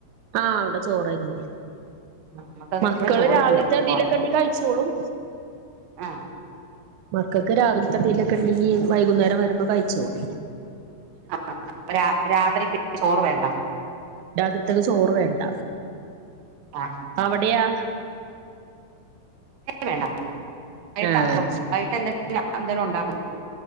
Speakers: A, on the right; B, on the right.
A: ആ അവിടെ ചോറായിരുന്ന്
B: നമ്മുക്കൊക്കെ
A: മക്കള്
B: ഇവിടെ ചോറില്ല
A: രാവിലത്തെ
B: അപ്പൊ
A: എന്തേലും ഒക്കെ ഉണ്ടയെങ്കിൽ കഴിച്ചോളും
B: ആ
A: മക്കൾക്ക് രാവിലത്തെ വല്ലോം ഉണ്ടെങ്കി വൈകുന്നേരം വരുമ്പോ കഴിച്ചോളൂ
B: ആ രാത്രി രാത്രി ചോറ് വേണ്ട
A: രാത്രിതേക്ക് ചോറ് വേണ്ട
B: ആ ആ
A: അവിടെയാ
B: വേണ്ടാ വേണ്ടാ വൈകിട്ട്
A: ആഹ്
B: അപ്പം വൈകിട്ട് എന്ത്‌ എന്തേലും ഉണ്ടാക്കും